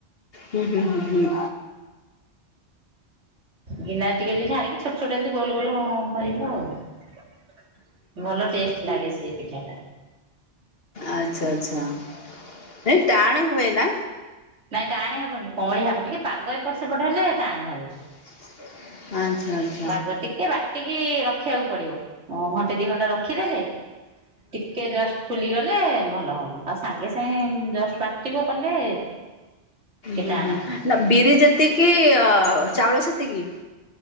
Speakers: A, on the left; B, on the right.
A: ହୁଁ ହୁଁ ହୁଁ ହୁଁ।
B: ଗିନା ରେ ଟିକେ ଟିକେ ଢାଳିକି ଛୋଟ ଛୋଟ ଏମତି ଗୋଲ ଗୋଲ‍ କରିବ ଆଉ। ଭଲ ଟେଷ୍ଟ ଲାଗେ ସେ ପିଠା ଟା।
A: ଆଚ୍ଛା ଆଛା ନାଇଁ ଟାଣ ହୁଏନା।
B: ନାଇଁ ଟାଣେ ହବନି କଅଁଳିଆ ହବ। ଟିକେ ପାଗ ଏପଟ ସେପଟ ହେଲେ ଟାଣେ ହବ।
A: <inaudible> ଆଛା ଆଛା।
B: ପାଗ ଟିକେ ବାଟିକି ରଖିବାକୁ ପଡିବ ଘଣ୍ଟେ ଦି ଘଣ୍ଟା ରଖିଦେଲେ। ଟିକେ ଯଷ୍ଟ ଫୁଲିଗଲେ କଲେ ଭଲ ହବ। ଆଉ ସାଙ୍ଗେ ସାଙ୍ଗେ ଜଷ୍ଟ ବାଟିବ କଲେ ଟିକେ
A: ହୁଁ
B: ଟାଣ
A: ହୁଁ
B: ହବ
A: ନା ବିରି ଯେତିକି ଅ ଚାଉଳ ସେତିକି।